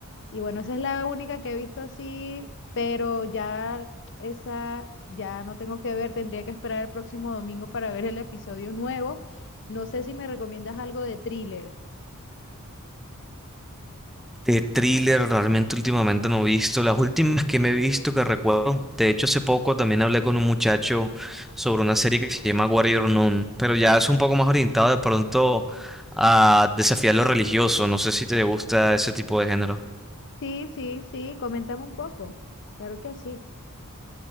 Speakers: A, on the left; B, in the centre.
A: Y bueno, esa es la única que he visto así, pero ya esa ya no tengo que ver, tendría que esperar el próximo domingo para ver el episodio nuevo. No sé si me recomiendas algo de thriller.
B: De thriller, realmente últimamente no he visto. Las últimas que me he visto que recuerdo, de hecho hace poco también hablé con un muchacho sobre una serie que se llama Warrior Nun, pero ya es un poco más orientado de pronto a desafiar lo religioso. No sé si te gusta ese tipo de género.
A: Sí, sí, sí, coméntame un poco. Claro que sí.